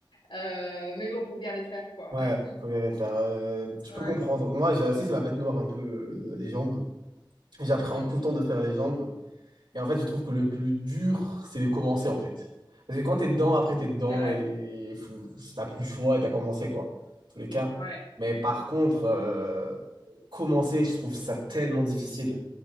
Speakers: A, on the left (about 85°); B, on the right (about 65°).
A: Euh, mais bon, faut bien les faire, quoi.
B: ouais,
A: <laughs>
B: faut bien les faire. Euh, je
A: Ouais.
B: peux comprendre. Moi, j'ai aussi, c'est ma bête noire un peu, euh, les jambes. J'appréhende
A: Mhm.
B: tout le temps de faire les jambes. Et en fait, je trouve que le plus dur, c'est de commencer, en fait. Parce que quand t'es dedans, après, t'es dedans
A: C'est vrai.
B: et faut- t'as plus le choix et t'as commencé, quoi. En tous les cas.
A: Ouais.
B: Mais par contre, euh, commencer, je trouve ça tellement difficile.